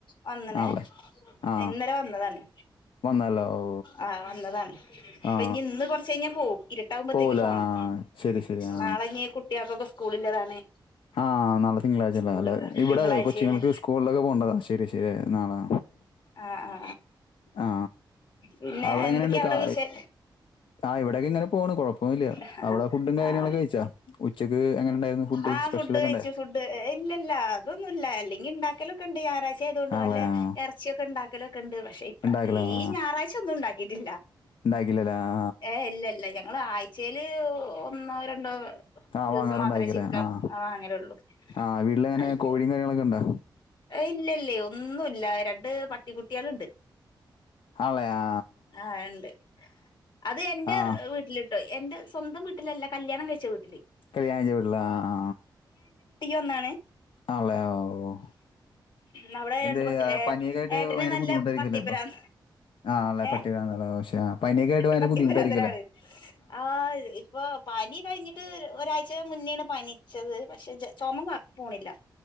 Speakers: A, on the left; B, on the left.
A: വന്നണെ.
B: ആണല്ലേ ആ
A: ഇന്നലെ വന്നതാണ്.
B: വന്നല്ലോ ഓ
A: ആ വന്നതാണ് അപ്പൊഞ്
B: ആ
A: ഇന്ന് കുറച്ചഴിഞ്ഞാ പോവും ഇരുട്ടാകുമ്പോത്തേക്ക്
B: പോവൂല
A: പോണം.
B: ആ ശരി ശരി ആ
A: നാളെഞ്ഞി കുട്ടികൾക്കൊക്കെ സ്കൂളില്ലതാണ്.
B: ആ നാളെ തിങ്കളാഴ്ചല്ലേ
A: സ്കൂള്
B: അല്ലെ ഇവിടെ
A: തിങ്കളാഴ്ചയാണ്
B: കൊച്ചുങ്ങകൾക്ക് സ്കൂളിലൊക്കെ പോണ്ടതാ ശരി ശരി നാളെ
A: ആ ആ
B: ആ
A: പിന്നെന്തൊക്കെ
B: അവിടെ എങ്ങനെയുണ്ട്
A: വിടെ
B: കാ
A: വിശേ
B: ആ ഇവിടെയൊക്കെ ഇങ്ങനെ പോണ് കുഴപ്പമൊന്നുമില്ല
A: ഹാ
B: അവിടെ ഫുഡും കാര്യങ്ങളൊക്കെ
A: ഹാ
B: കഴിച്ചാ ഉച്ചക്ക് എങ്ങനെ ഉണ്ടായിരുന്നു
A: ആ
B: സ്പെഷ്യലൊക്കെ
A: ഫുഡ് കഴിച്ചു
B: ഉണ്ടായി
A: ഫുഡ് ഇല്ല ഇല്ല അതൊന്നുല്ല അല്ലെങ്കിണ്ടാക്കലൊക്കെണ്ട് ഞായറാഴ്ച ആയതൊണ്ട്
B: ആണല്ലേ
A: വല്ലേ
B: ആ
A: ച്ചിഒക്കെ ഉണ്ടാക്കലൊക്കെണ്ട് പക്ഷെ ഇപ്ര
B: ഉണ്ടാക്കില്ല
A: ഈ
B: ആ
A: ഞായറാഴ്ച്ച ഒന്നും ഉണ്ടാക്കിട്ടില്ല.
B: ഉണ്ടാക്കില്ലല്ലേ ആ
A: ഏ ഇല്ല ഇല്ല ഞങ്ങള് ആഴ്ചെൽ ഒന്നോ രണ്ടോ
B: ആ
A: ദിവസം
B: വാങ്ങാറുണ്ടാക്കില്ലേ
A: മാത്രെ ചിക്കൻ
B: ആ
A: വാങ്ങലു ള്ളൂ
B: ആ വീട്ടിലെങ്ങനെ
A: അല്
B: കോഴിയും കാര്യങ്ങളൊക്കെ ഉണ്ടോ?
A: ഇല്ലല്ലേ ഒന്നുംല്ല രണ്ട് പട്ടികുട്ടികളുണ്ട്
B: ആണല്ലേ ആ
A: ആ ണ്ട് അത് എന്റെ
B: ആ. ആ
A: വീട്ടിലിട്ടോ. എന്റെ സ്വന്തം വീട്ടിലല്ല കല്യാണം കഴിച്ച വീട്ടില്.
B: കല്യാണ വീട്ടില ആ ആ.
A: ഒന്നാണ്
B: ആണല്ലേ ഓ ഓ.
A: നമ്മുടെ
B: എന്ത്
A: രണ്ട്
B: ആ, പനിയൊക്കെ ആയിട്ട്
A: ഏട്ടനെ
B: ഭയങ്കര
A: നല്ല
B: ബുദ്ധിമുട്ടായിരിക്കുമല്ലേ
A: പത്തിപ്പരന്ന്
B: ഇപ്പൊ? ആണല്ലേ
A: ഏ
B: പട്ടി വേണമല്ലോ പക്ഷേ പനിയൊക്കെ ആയിട്ട് ഭയങ്കര
A: പട്ടിപ്രാന്തനാണ്
B: ബുദ്ധിമുട്ടായിരിക്കുമല്ലേ?
A: ആ ഇപ്പൊ പനി കഴിഞ്ഞിട്ട് ഒരാഴ്ച ന്നേണ് പനിച്ചത് പക്ഷെ ചുമ പോണില്ല.